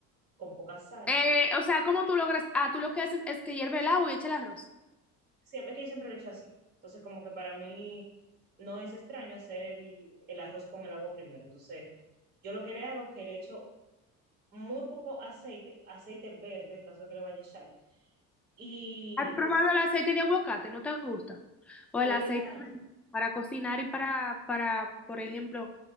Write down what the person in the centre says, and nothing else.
Eh, o sea, ¿cómo tú logras? Ah, tú lo que haces es que hierve el agua y echa el arroz.
¿Has probado el aceite de aguacate? ¿No te gusta? O
el aceite
para cocinar y para, para, por ejemplo,